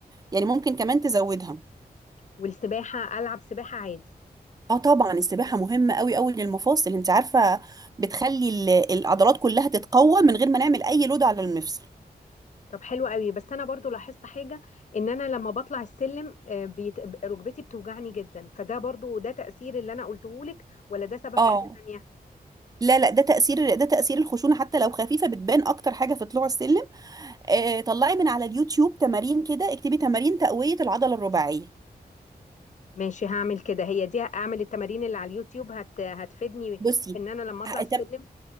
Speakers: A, on the right (about 25°); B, on the left (about 45°).
A: يعني ممكن كمان تزودها
B: والسباحة العب سباحة عادي
A: اه طبعا السباحة مهمة قوي قوي للمفاصل انت عارفة بتخلي ال- العضلات كلها تتقوى من غير ما نعمل اي لود على المفصل
B: طب حلو قوي بس انا برضو لاحظت حاجه ان انا لما بطلع السلم آه، بيت... ركبتي بتوجعني جدا فده برضو ده تاثير اللي انا قلته لك ولا ده سبب
A: اه
B: حاجه تانية
A: لا لا ده تأثير ده تأثير الخشونة حتى لو خفيفة بتبان أكتر حاجة في طلوع السلم آه طلعي من على اليوتيوب تمارين كده اكتبي تمارين تقوية العضلة الرباعية
B: ماشي هعمل كده هي دي اعمل التمارين اللي على اليوتيوب هت... هتفيدني
A: بصي
B: في ان انا لما اطلع
A: ه-
B: السلم
A: تم-